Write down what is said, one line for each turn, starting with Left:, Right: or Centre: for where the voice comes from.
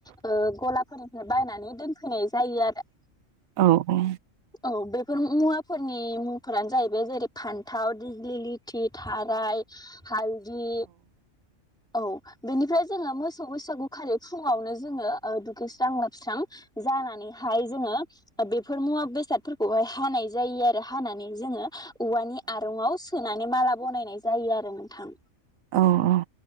Centre: ओ गलाफोरनिफ्राय बायनानै दोनफैनाय जायो आरो
Right: औ औ
Centre: औ बेफोर मुवाफोरनि मुंफोरानो जाहैबाय जेरै फान्थाव दिगलि लिथि थाराय हालदि औ बेनिफ्राय जोङो मोसौ बैसागु खालि फुङावनो जोङो ओ दुगैस्रां लोबस्रां जानानैहाय जोङो बेफोर मुवा बेसादफोरखौहाय हानाय जायो आरो हानानै जोङो औवानि आरंआव सोनाय माने माला बनायनाय जायो आरो नोंथां
Right: औ औ